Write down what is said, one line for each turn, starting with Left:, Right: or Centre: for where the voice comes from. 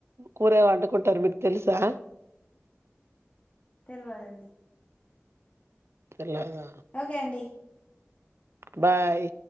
Right: కూర వండుకుంటారు మీకు తెల్సా.
Left: తెల్వదండి.
Right: ఎలాగా.
Left: ఓకే అండి.
Right: బాయ్.